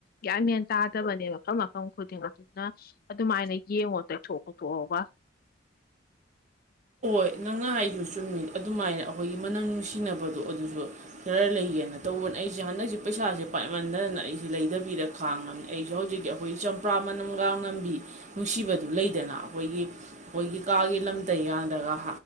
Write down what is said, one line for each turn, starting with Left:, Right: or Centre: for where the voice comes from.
Left: ꯭ꯌꯥꯟꯃꯦꯟ ꯆꯥꯗꯕꯅꯦ ꯃꯐꯝ ꯃꯐꯝ ꯈꯨꯗꯤꯡ ꯑꯗꯨꯅ ꯑꯗꯨꯃꯥꯏꯅ ꯌꯦꯡꯉꯣ ꯇꯩꯊꯣꯛ ꯈꯣꯊꯣꯛꯑꯒ
Right: ꯍꯣꯏ ꯅꯪꯅ ꯍꯥꯏꯗꯨ ꯆꯨꯝꯃꯤ ꯑꯗꯨꯃꯥꯏꯅ ꯑꯩꯈꯣꯏꯒꯤ ꯃꯅꯝ ꯅꯨꯡꯁꯤꯅꯕꯗꯣ ꯑꯗꯨꯗꯨ ꯈꯔ ꯂꯩꯒꯦꯅ ꯇꯧꯕꯅ ꯑꯩꯁꯦ ꯍꯟꯗꯛꯁꯦ ꯄꯩꯁꯥꯁꯦ ꯄꯥꯏꯃꯟꯗꯗꯅ ꯑꯩꯁꯦ ꯂꯩꯗꯕꯤꯗ ꯈꯥꯡꯉꯕꯅꯤ ꯑꯩꯁꯨ ꯍꯧꯖꯤꯛꯀꯤ ꯑꯩꯈꯣꯏꯒꯤ ꯆꯝꯄ꯭ꯔꯥ ꯃꯅꯝꯒ ꯂꯝꯝꯕꯤ ꯅꯨꯡꯁꯤꯕꯗꯨ ꯂꯩꯗꯅ ꯑꯩꯈꯣꯏꯒꯤ ꯑꯩꯈꯣꯏꯒꯤ ꯀꯥꯒꯤ ꯂꯝꯇꯩ ꯌꯥꯗ ꯗ